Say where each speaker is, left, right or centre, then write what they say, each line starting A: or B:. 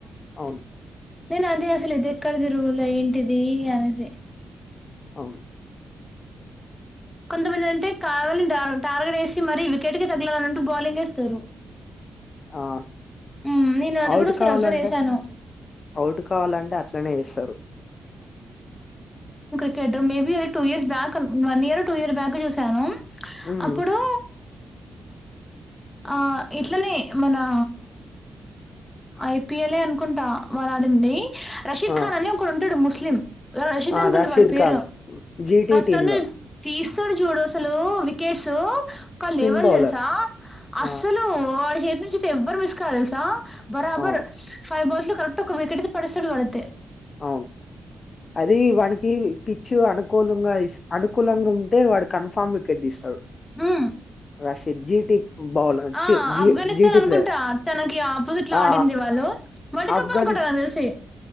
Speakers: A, on the left (about 50°); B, on the left (about 15°).
A: అవును
B: నేను అదే అసలు ఇది ఎక్కడిదిరూల్ ఏంటిదీ అనేశి.
A: అవును
B: కొంతమంది అంటే కావలని టా టార్గెట్ ఏసి మరీ వికెట్ కే తగలాలని అంటు బౌలింగ్ ఏస్తరు.
A: ఆ
B: ఊ నేను అది
A: అవుట్
B: గూడా ఓసారి
A: కావాలంటే
B: అబ్జర్వ్ చేసాను.
A: అవుట్ కావాలంటే అట్లనే చేస్తరు.
B: <unintelligible> మేబి అది టూ ఇయర్స్ బ్యాక్ అన్ వన్ ఇయరో టూ ఇయరొ బ్యాక్ చూశాను.
A: ఉమ్,
B: అప్పుడూ ఆ ఇట్లనే మనా ఐపీఎల్ ఏ అనుకుంటా వాడ్ ఆడందీ. రషీద్
A: ఆ
B: ఖాన్ అని ఒకడు ఉంటడు ముస్లిం. రషీద్
A: ఆ,
B: అనుకుంటా వాడి పేరూ
A: ఖాన్ జీటి టీమ్
B: తను
A: లో
B: తీస్ స్తడు చూడు అసలూ వికెట్సూ ఒక
A: స్పిన్
B: లెవల్
A: బౌలర్
B: తెల్సా. అస్సలూ
A: ఆ
B: వాడి చేతి నుంచైతే ఎవ్వరు మిస్ కారు తెలుసా. బరాబర్
A: అవును
B: ఫైవ్ బాల్స్ లో కరెక్ట్ ఒక వికెటైతే పడేస్తడు వాడైతే.
A: అవును అది వానికి పిచ్చి వి అనుకూలంగా అనుకూలంగా ఉంటే వాడు కన్ఫామ్ వికెట్ తీస్తాడు
B: హ్మ్
A: రాసిద్ జీటి బౌలర్ చి
B: ఆ
A: జీ
B: ఆఫ్ఘనిస్తాన్
A: జీటి
B: అనుకుంటా
A: ప్లేయర్
B: తనకి ఆపోజిట్ లో
A: ఆ
B: ఆడింది వాళ్ళు వరల్డ్
A: ఆఫ్ఘనిస్
B: కప్ అనుకుంటారని తెలిసి